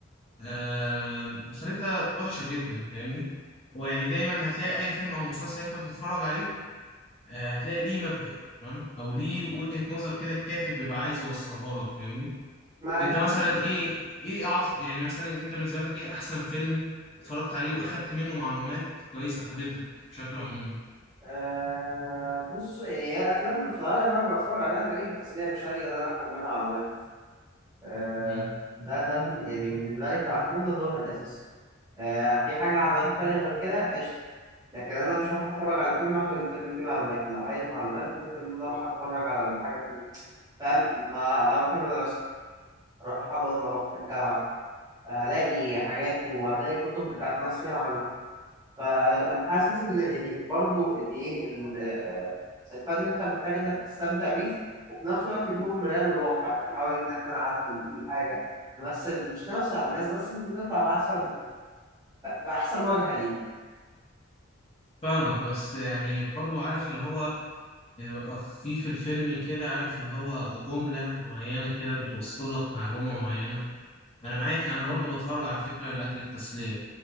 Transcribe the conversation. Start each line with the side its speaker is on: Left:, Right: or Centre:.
Left: آه، آخرتها وحشة جدا فاهمني هو يعني دايما هتلاقي أي فيلم أو مسلسل أنت بتتفرج عليه آه، هتلاقي ليه مبدأ تمام أو ليه وجهة نظر كده الكاتب بيبقى عايز يوصلها لك فاهمني
Right: ما
Left: انت
Right: اكيد
Left: مثلا ايه ايه اعظم يعني مثلا انت بالنسبه لك ايه احسن فيلم اتفرجت عليه واخدت منه معلومات كويسه فادتك بشكل عمومي
Right: آه بص يعني هي الافلام في الغالب انا بتفرج عليها لاجل التسليه مش لاجل ان انا اخد منها معلومات آه،
Left: امم
Right: ده ده من- يعني بالنسبة لي كمحمود ده دورها الأساسي آه، في حاجة عملت تاني غير كده قشطة لكن أنا مش هروح أتفرج على الفيلم عشان الفيلم فيه معلومات لو عايز معلومات ممكن إن أنا أروح أتفرج على الحاجة في فاهم ما أروح المدرسة أروح الحضانة أروح الجامعة هلاقي حاجات وهلاقي كتب بتاعت ناس فيها معلومات فانا حاسس ان يعني برضه يعني ايه ال- الفن انت محتاج انك تستمتع بيه وفي نفس الوقت يكون مرآة للواقع يعني حاول ان احنا نعدل من حاجه نمثل مش نمثل على الناس بس نطلع باحسن باحسن وجهه ليه
Left: فاهمك بس يعني برضو عارف اللي هو بيبقى في في الفيلم كده عارف اللي هو جمله معينه كده بتوصل لك معلومه معينه انا معاك انا برضو بتفرج على فكره لاجل التسليه